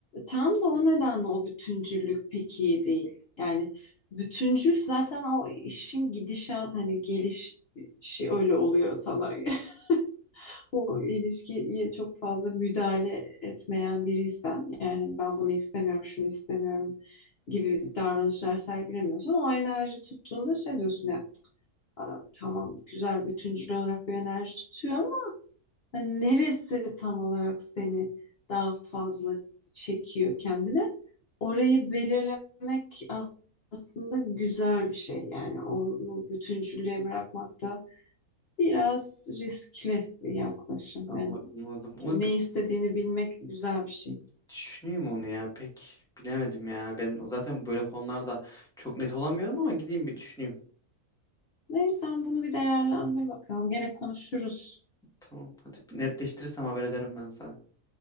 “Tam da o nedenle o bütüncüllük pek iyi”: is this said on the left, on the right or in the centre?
Left